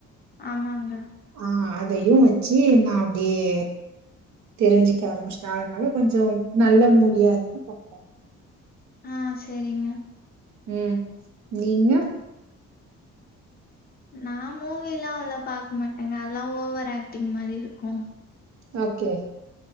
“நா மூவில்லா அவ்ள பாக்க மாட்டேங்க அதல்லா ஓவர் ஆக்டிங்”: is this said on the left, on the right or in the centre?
Left